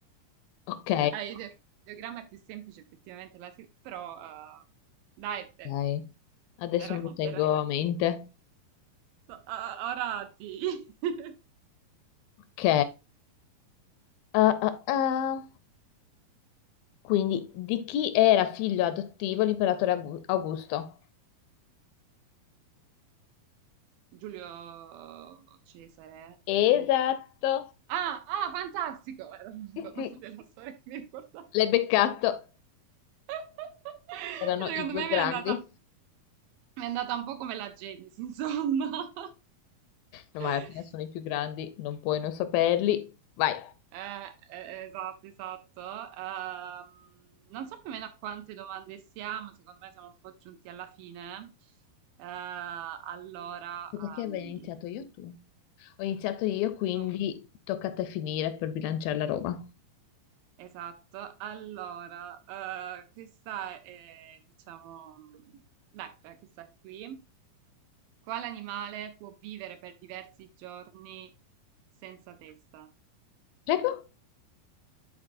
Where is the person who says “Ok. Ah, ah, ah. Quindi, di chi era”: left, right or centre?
Left